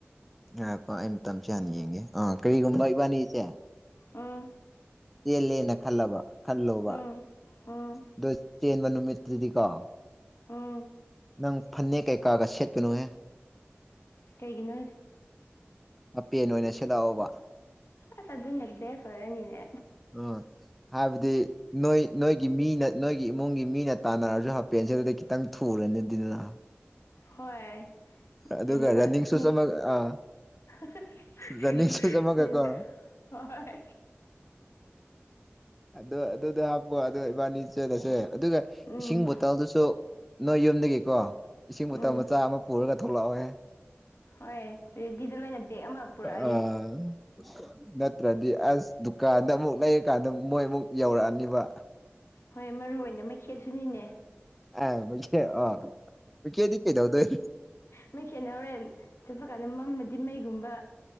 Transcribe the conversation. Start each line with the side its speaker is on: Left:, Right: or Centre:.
Centre: ꯉꯥꯏꯈꯣ ꯀꯣ ꯑꯩ ꯃꯇꯝꯁꯦ ꯍꯥꯟꯅ ꯌꯦꯡꯒꯦ ꯑꯥ ꯀꯔꯤꯒꯨꯝꯕ ꯏꯕꯥꯅꯤꯁꯦ
Left: ꯎꯝ
Centre: ꯆꯦꯜꯂꯦꯅ ꯈꯜꯂꯕ ꯈꯜꯂꯣꯕ
Left: ꯎꯝ ꯎꯝ
Centre: ꯑꯗꯣ ꯆꯦꯟꯕ ꯅꯨꯃꯤꯠꯇꯨꯗꯤ ꯀꯣ
Left: ꯎꯝ
Centre: ꯅꯪ ꯐꯟꯅꯦꯛ ꯀꯩꯀꯥꯒ ꯁꯦꯠꯀꯅꯨꯍꯦ
Left: ꯀꯩꯒꯤꯅꯣ ꯍꯥꯏꯁꯦ
Centre: ꯍꯥꯞꯄꯦꯟ ꯑꯣꯏꯅ ꯁꯦꯠꯂꯛꯑꯣꯕ
Left: ꯑꯁ ꯑꯗꯨꯅ ꯕꯦꯁ ꯑꯣꯏꯔꯅꯤꯅꯦ
Centre: ꯑꯥ ꯍꯥꯏꯕꯗꯤ ꯅꯣꯏ ꯅꯣꯏꯒꯤ ꯃꯤꯅ ꯅꯣꯏꯒꯤ ꯏꯃꯨꯡꯒꯤ ꯃꯤꯅ ꯇꯥꯟꯅꯔꯁꯨ ꯍꯥꯄꯦꯟ ꯁꯦꯠꯂꯗꯤ ꯈꯤꯇꯪ ꯊꯨ ꯊꯨꯔꯅꯤꯗꯤꯅ
Left: ꯍꯣꯏ
Centre: ꯑꯗꯨꯒ
Left: ꯀꯩꯅꯣꯒ
Centre: ꯔꯟꯅꯤꯡ
Left: ꯁ꯭ꯅꯤꯛ
Centre: ꯁꯨꯁ ꯑꯃꯒ ꯑꯥ
Left: <unintelligible>
Centre: ꯔꯟꯅꯤꯡ ꯁꯨꯁ ꯑꯃꯒꯀꯣ
Left: ꯍꯣꯏ
Centre: ꯑꯗꯨ ꯑꯗꯨꯗꯣ ꯍꯥꯞꯄꯣ ꯑꯗꯨ ꯏꯕꯥꯅꯤ ꯆꯦꯜꯂꯁꯦ ꯑꯗꯨꯒ
Left: ꯎꯝ
Centre: ꯏꯁꯤꯡ ꯕꯣꯇꯜꯗꯨꯁꯨ ꯅꯣꯏ ꯌꯨꯝꯗꯒꯤꯀꯣ ꯏꯁꯤꯡ
Left: ꯎꯝ
Centre: ꯕꯣꯇꯜ ꯃꯆꯥ ꯑꯃ ꯄꯨꯔꯒ ꯊꯣꯛꯂꯛꯑꯣꯍꯦ
Left: ꯍꯣꯏ ꯔꯦꯗꯤꯗ ꯂꯣꯏꯅ ꯕꯦꯛ ꯑꯃ ꯄꯨꯔꯛꯑꯒꯦ
Centre: ꯑꯥ ꯅꯠꯇ꯭ꯔꯗꯤ ꯑꯁ ꯗꯨꯀꯥꯟꯗ ꯑꯃꯨꯛ ꯂꯩꯔꯀꯥꯟꯗ ꯃꯣꯏ ꯑꯃꯨꯛ ꯌꯧꯔꯛꯑꯅꯤꯕ
Left: ꯍꯣꯏ ꯃꯔꯨ ꯑꯣꯏꯅ ꯃꯩꯈꯦꯠꯁꯨꯅꯤꯅꯦ
Centre: ꯑ ꯃꯩꯈꯦꯠ ꯑꯣ ꯃꯩꯈ‌ꯦꯠꯗꯤ ꯀꯩꯗꯧꯗ‌ꯣꯏ
Left: ꯃꯩꯈꯦꯠꯅ ꯍ‌ꯣꯔꯦꯟ ꯆꯠꯄ ꯀꯥꯟꯗ ꯃꯝꯃꯗꯤ ꯃꯩꯒꯨꯝꯕ